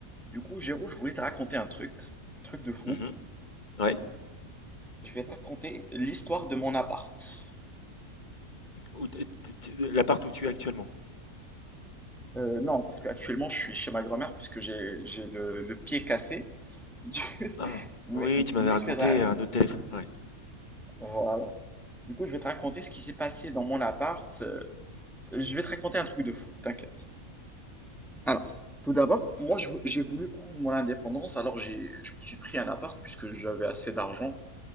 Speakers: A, in the centre; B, on the left.
A: Du coup, Géraud, je voulais te raconter un truc, un truc de fou.
B: Mmh Ouais.
A: Je vais te raconter l'histoire de mon appart.
B: Où t t t l'appart où tu es actuellement?
A: Euh, non, parce qu'actuellement, je suis chez ma grand-mère puisque j'ai j'ai le, le pied cassé. Du- <laughs>
B: Ah,
A: Mais,
B: oui, tu m'avais
A: mais
B: raconté
A: je vais te... ra-
B: un autre téléphone, ouais.
A: Voilà. Du coup, je vais te raconter ce qui s'est passé dans mon appart. euh, Je vais te raconter un truc de fou, t'inquiète. Alors, tout d'abord, moi, je vou- j'ai voulu prendre mon indépendance, alors j'ai, je me suis pris un appart puisque j'avais assez d'argent.